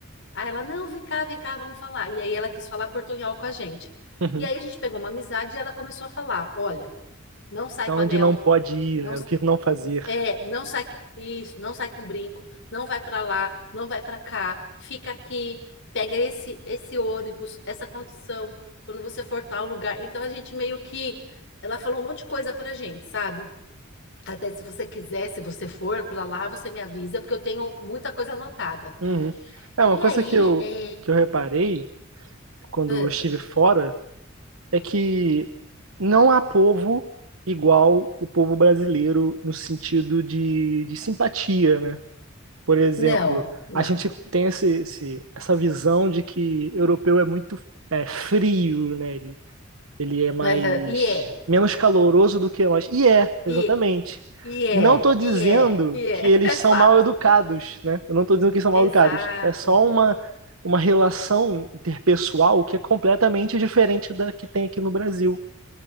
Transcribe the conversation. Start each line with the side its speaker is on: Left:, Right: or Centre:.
Left: aí ela, não, vem cá, vem cá, vamos falar. E aí ela quis falar portunhol com a gente.
Right: uhum.
Left: E aí a gente pegou uma amizade e ela começou a falar, olha, não sai
Right: Então,
Left: com anel,
Right: onde não pode ir,
Left: não
Right: né? O que não fazer.
Left: é, não sai isso, não sai com brinco, não vai para lá, não vai para cá, fica aqui, pega esse esse ônibus, essa condição, quando você for tal lugar. Então a gente meio que ela falou um monte de coisa pra gente, sabe? Até se você quiser, se você for para lá, você me avisa, porque eu tenho muita coisa anotada.
Right: Uhum. É, uma
Left: E
Right: coisa
Left: aí,
Right: que eu,
Left: é,
Right: que eu reparei quando
Left: ah,
Right: eu estive fora é que não há povo igual o povo brasileiro no sentido de, de simpatia, né? Por exemplo,
Left: não, não.
Right: a gente tem esse, esse- essa visão de que europeu é muito é, frio, né? Ele, ele é mais
Left: <laughs> Aham, E é,
Right: menos caloroso do que nós. E é, exatamente.
Left: e, e é,
Right: Não estou dizendo
Left: e é, e é,
Right: que eles
Left: <laughs> é
Right: são
Left: fato.
Right: mal educados, né? Eu não estou dizendo que eles são
Left: Exato,
Right: mal educados. É só uma, uma relação interpessoal que é completamente diferente da que tem aqui no Brasil,